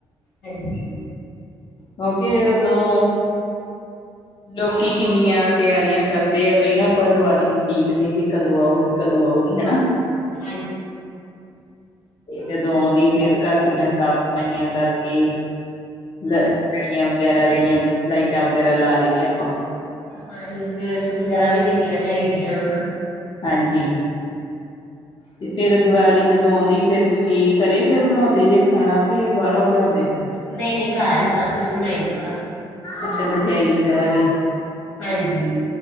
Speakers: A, on the left (about 80°); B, on the left (about 45°).
A: ਹਾਂਜੀ।
B: ਕਿਉਂਕਿ ਉਦੋ ਲੋਕੀ ਕਿੰਨੀਆਂ ਤਿਆਰੀਆਂ ਕਰਦੇ ਆ ਪੈਲਾਂ ਆਪਾਂ ਦੀਵਾਲੀ ਨੂੰ ਉਡੀਕਦੇ ਕਿ ਕਦੋਂ ਆਉਗੀ। ਕਦੋਂ ਆਊਗੀ ਹੈਨਾ।
A: ਹਾਂਜ।
B: ਜਦੋਂ ਆਉਂਦੀ ਫੇਰ ਕਾਰ ਦੀਆਂ ਸਾਫ਼ ਸਫ਼ਾਈਆਂ ਕਰਕੇ, ਲ ਲੜੀਆਂ ਵਗੈਰਾ, ਜੇੜੀਆਂ ਲਾਈਟਾਂ ਵਗੈਰਾ ਲਾ ਲੈਂਨੇ ਆਪਾਂ।
A: ਹਾਂਜੀ, ਸਵੇਟਸ ਵਗੈਰਾ ਵੀ ਕਿੰਨੀਆਂ ਲਿਆਈ ਦੀਆਂ ਵਾ।
B: ਹਾਂਜੀ, ਤੇ ਫਿਰ ਦੀਵਾਲੀ ਜਦੋਂ ਆਉਂਦੀ, ਫੇਰ ਤੁਸੀਂ ਕਰੇ ਫੇਰ ਬਣਾਉਂਦੇ ਜੇ ਖਾਣਾ ਕਿ ਬਾਰੋਂ ਲਿਆਉਂਦੇ ਫੇਰ?
A: ਨਈ-ਨਈ, ਕਾਰ ਈ ਸਭ ਕੁਛ ਬਣਾਈਦਾ ਵਾ।
B: ਅੱਛਾ, ਮਠਿਆਈ ਵਗੈਰਾ ਵੀ।
A: ਹਾਂਜੀ।